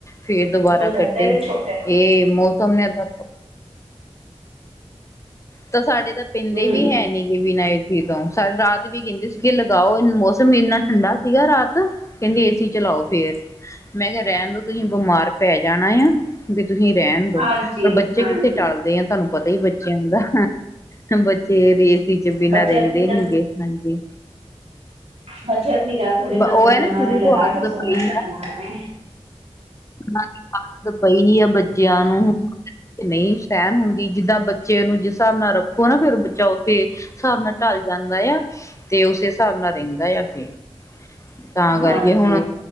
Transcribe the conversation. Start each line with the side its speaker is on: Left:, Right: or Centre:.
Left: ਫੇਰ ਦੁਬਾਰਾ
Right: ਬਦਲਦੇ
Left: ਕੱਢੇ
Right: ਨੇ ਛੋਟੇ ਨੇ
Left: ਏ ਮੌਸਮ ਨੇ ਬਸ <inaudible> ਤਾਂ ਸਾਡੇ ਤਾਂ ਪੀਂਦੇ
Right: ਹੂੰ
Left: ਵੀ ਹੈਨੀ ਗੇ ਬਿਨਾਂ ਏਸੀ ਤੋਂ। ਸਾਰੇ ਰਾਤ ਵੀ ਕੈਂਦੇ ਸੀਗੇ ਲਗਾਓ ਮੌਸਮ ਏਨਾ ਠੰਡਾ ਸੀਗਾ ਰਾਤ ਕਹਿੰਦੀ ਏਸੀ ਚਲਾਓ ਫੇਰ ਮੈਂ ਕਿਹਾ ਰਹਿਣ ਦੋ ਤੁਸੀਂ ਬਿਮਾਰ ਪੈ ਜਾਣਾ ਏ ਐ ਵੀ ਤੁਸੀਂ ਰਹਿਣ ਦੋ,
Right: ਹਾਂਜੀ
Left: ਪਰ ਬੱਚੇ
Right: ਹਾਂਜੀ
Left: ਕਿੱਥੇ ਟੱਲਦੇ ਆ। ਤੁਹਾਨੂੰ ਪਤਾ ਹੀ ਬੱਚਿਆਂ ਦਾ ਬੱਚੇ ਰੇਸ ਏਸੀ ਚ ਬਿਨਾਂ
Right: ਬੱਚੇ
Left: ਰਹਿੰਦੇ
Right: ਆਪਣੀ ਗੱਲ
Left: ਨੀ ਗੇ ਹਾਂਜੀ।
Right: ਬੱਚੇ ਆਪਣੀ ਗੱਲ ਥੋੜੀ ਮੰਨਦੇ
Left: ਉਹ ਹੈ
Right: ਨੇ
Left: ਨਾ
Right: ਉਹਨਾਂ
Left: ਸ਼ੁਰੂ
Right: ਨੇ ਲਗਾ
Left: ਤੋਂ ਆਦਤ
Right: ਕੇ ਸੋਣਾ
Left: ਪਈ
Right: ਨਾ ਲਗਾਣਾ ਏ।
Left: ਹਾਂਜੀ, ਆਦਤ ਪਈ ਏ ਬੱ ਬੱਚਿਆਂ ਨੂੰ ਨਹੀਂ ਛੈਨ ਹੁੰਦੀ ਜਿੱਦਾਂ ਬੱਚੇ ਨੂੰ ਜਿਸ ਹਿਸਾਬ ਨਾਲ ਰੱਖੋ ਨਾ ਫੇਰ ਬੱਚਾ ਓਤੇ ਹਿਸਾਬ ਨਾਲ ਢਲ ਜਾਂਦਾ‌ ਆ, ਤੇ ਓਸੇ ਹਿਸਾਬ ਨਾਲ ਰਹਿੰਦਾ ਆ ਫੇਰ ਤਾਂ ਕਰਕੇ
Right: ਹਾਂਜੀ
Left: ਹੁਣ